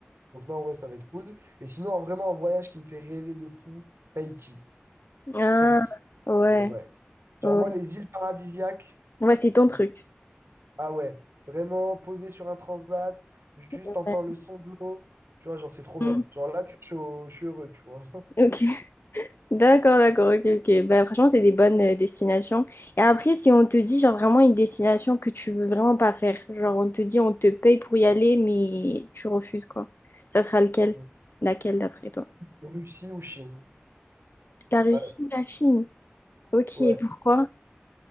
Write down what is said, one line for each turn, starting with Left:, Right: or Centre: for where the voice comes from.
Right: donc non, ouais, ça va être cool. Et sinon, vraiment, un voyage qui me fait rêver de fou, Tahiti.
Left: Ah,
Right: Tahiti.
Left: ouais,
Right: Mais ouais. Genre,
Left: ouais.
Right: moi, les îles paradisiaques,
Left: Ouais, c'est ton
Right: c'est.
Left: truc.
Right: Ah ouais, vraiment posé sur un transat, juste
Left: Ouais.
Right: entendre le son de l'eau. Tu vois, genre, c'est trop
Left: Mhm.
Right: bien. Genre, là, tu- je suis, au- je suis heureux, tu vois.
Left: Ok, <laughs> d'accord, d'accord, ok, ok. Bah, franchement, c'est des bonnes euh, destinations. Et après, si on te dit, genre, vraiment une destination que tu veux vraiment pas faire, genre, on te dit, on te paye pour y aller, mais tu refuses, quoi. Ça sera lequel?
Right: <laughs>
Left: Laquelle, d'après toi?
Right: Russie ou Chine.
Left: La Russie
Right: Ouais.
Left: ou la Chine? Ok,
Right: ouais.
Left: pourquoi?